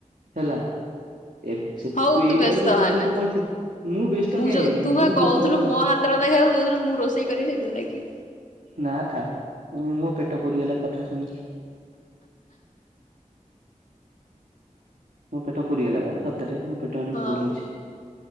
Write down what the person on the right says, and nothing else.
ହେଲା। ଏବ୍ ସେ
ତୁ ଏଇ
ଟାଇମରେ ମୁଁ
ତତେ କହିଥିଲି ମୁଁ ବ୍ୟସ୍ତ କାଇଁ
ହେବି
ମୁଁ
ବ୍ୟସ୍ତ ହବା ଦର୍କାର୍
ନାଁ ଥାଉ ଉଁ ମୋ ପେଟ ପୁରିଗଲା କଥା ଶୁଣିକି। ମୋ ପେଟ ପୁରିଗଲା ବା ସତେରେ ମୋ ପେଟ ଏଇଣା
ଫୁଲ୍ ଅଛି।